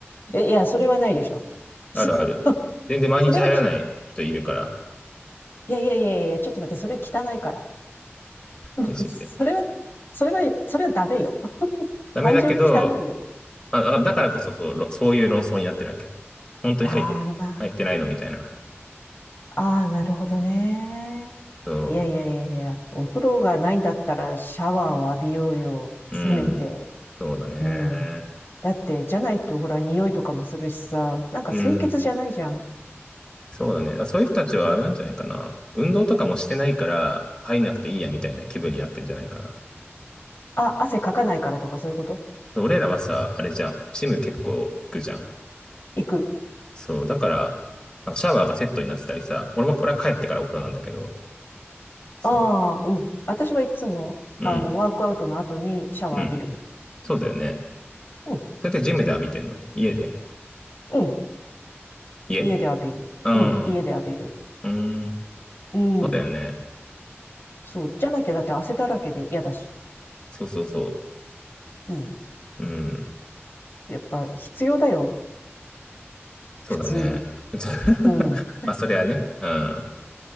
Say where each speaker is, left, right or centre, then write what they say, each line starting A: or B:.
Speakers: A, on the left; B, on the left.
A: え、いや、それはないでしょ。
B: あるある。
A: そ <laughs>
B: 全然毎日入らない人いるから、
A: それはき、いやいやいやいや、ちょっと待って、それ汚いから。<laughs>
B: 妊娠って。
A: それは、それは、それはダメよ。
B: ダメだけど、
A: 単純に汚いよ。
B: あ、だからだからこそそう、ろそういう論争になってるわけ。本当に入っ、
A: ああ、な、
B: 入ってないのみたいな。
A: ああ、なるほどね。
B: そ
A: いやいやいやいや、お風呂がないんだったらシャワーを浴びようよ。
B: う。
A: せめて。
B: うん。そうだね。
A: うん。だって、じゃないとほら、匂いとかもするしさ、なんか清潔じゃないじゃん。
B: うん。そうだね。だからそういう人たちはあれなんじゃないかな。運動とかもしてないから、入んなくていいやみたいな気分になってんじゃないかな。
A: あ、汗かかないからとかそういうこと
B: そう俺らはさ、あれじゃん。ジム結構行くじゃん。
A: 行く。
B: そう。だから、なんかシャワーがセットになってたりさ、俺は、俺は帰ってからお風呂なんだけど、そう。
A: ああ、うん。私はいつも、
B: うん。
A: あの、ワークアウトの後にシャワー浴びるもん。
B: うんそうだよね。
A: うん、
B: それってジムで浴びてんの家で
A: うん。
B: 家
A: 家で浴びる。
B: うん。
A: うん、家で浴びる。
B: うん。
A: うん。
B: そうだよね。
A: そう。じゃなきゃだって汗だらけで嫌だし。
B: そうそうそ
A: うん。
B: う。うん。
A: やっぱ必要だよ。
B: そうだね。
A: 普通に。
B: <laughs>
A: うん。
B: まあ、それはね。うん。